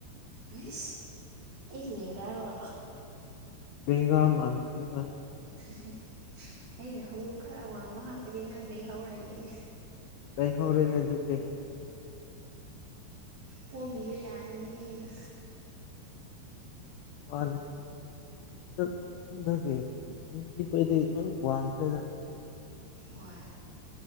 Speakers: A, on the right (about 50°); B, on the left (about 80°).
A: ꯍꯩꯁ ꯑꯩꯒꯤ ꯂꯦꯡꯒꯥꯔꯣ
B: ꯂꯩꯅꯥ ꯃꯥꯟꯈ꯭ꯔ ꯍꯣꯏ
A: ꯍꯦ ꯍꯦ ꯍꯦ ꯑꯩꯅ ꯍꯣꯡꯎꯞ ꯈꯔ ꯑꯋꯥꯡꯕ ꯍꯥꯞꯄꯗꯤ ꯅꯪ ꯂꯩꯍꯧꯔꯅꯤꯅꯦ
B: ꯂꯩꯍꯧꯔꯅꯤ ꯑꯗꯨꯗꯤ
A: ꯄꯣꯕꯤꯕ ꯌꯥꯔꯅꯤ ꯑꯩꯅ
B: ꯃꯥꯅꯤ ꯑꯗꯨ ꯑꯗꯨꯒꯤ ꯅꯨꯄꯤꯈꯣꯏꯗꯤ ꯂꯣꯏ ꯋꯥꯡꯈ꯭ꯔꯦꯗ
A: ꯍꯣꯏ